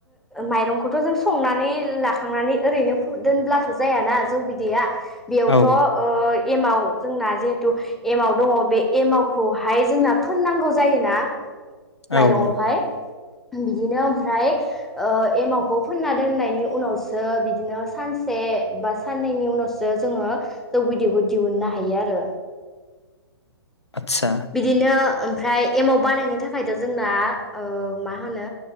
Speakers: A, in the centre; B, on the left.
A: माइरंखौथ' जों संनानै लाखांनानै ओरैनो दोनब्लाथ' जायाना जौ बिदैया बेयावथ'
B: औ
A: ओ एमाव जोंना जिहेथु एमाव दङ बे एमाव खौहाय जोंना फोननांगौ जायोना माइरंआवहाय
B: औ औ
A: बिदिनो ओमफ्राय ओ एमावखौ फोनना दोननायनि उनावसो बिदिनो सानसे बा साननैनि उनावसो जोङो जौ बिदखौ दिहुननो हायो आरो
B: आदसा
A: बिदिनो ओमफ्राय एमाव बानायनो थाखायथ' जोंना ओ मा होनो